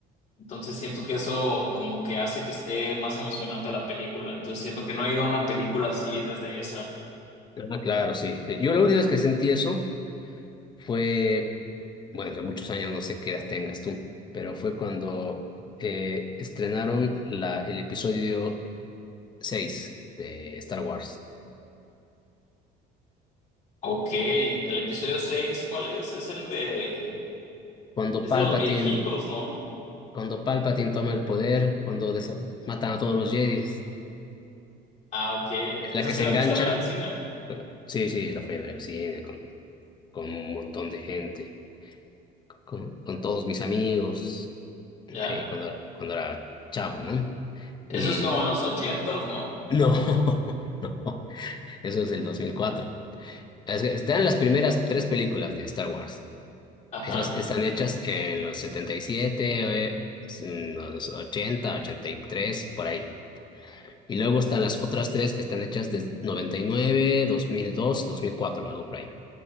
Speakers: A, on the left; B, on the left.
A: Entonces siento que eso como que hace que esté más emocionante la película. Entonces siento que no he ido a una película así desde esa.
B: ah, claro, sí. Yo la última vez que sentí eso fue, bueno, hace muchos años, no sé qué edad tengas tú, pero fue cuando eh, estrenaron la, el episodio 6 de Star Wars.
A: Ok, el episodio 6, ¿cuál es? Es el de...
B: Cuando
A: Es
B: Palpatine,
A: de los viejitos, ¿no?
B: cuando Palpatine toma el poder, cuando desa- matan a todos los Jedis,
A: Ah, ok.
B: es
A: Esa
B: la que
A: sí
B: se
A: la
B: engancha.
A: fuiste a ver al cine.
B: Sí, sí, la fui a ver al cine con, con un montón de gente, con, con todos mis amigos, eh,
A: Ya.
B: cuando, cuando era chavo, ¿no?
A: Eso
B: Y
A: es como en los ochentas, ¿no?
B: No, <laughs> no, eso es del 2004. Es que están las primeras tres películas de Star Wars.
A: Ajá.
B: Esas están hechas en los 77, eh, en los ochenta, ochenta y tres por ahí. Y luego están las otras tres que están hechas desde 99, 2002 y 2004, algo por ahí.